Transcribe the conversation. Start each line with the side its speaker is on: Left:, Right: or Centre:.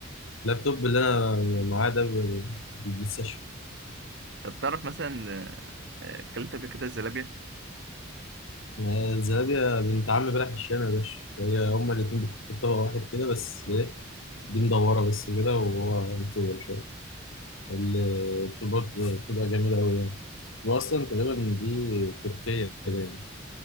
Left: اللابتوب اللي انا معاه ده ب- بالبلاي ستيشن
Right: طب تعرف مثلا آه، اكلت قبل كده الزلابية
Left: ما زلابيا بنت عم بلح الشام يا باشا هي هما الاتنين بيتحطوا في طبق واحد كده بس ايه دي مدورة بس كده وهو مطول شوية اللي برضه بتبقى جميلة أوي يعني وأصلا تقريبا دي تركية باين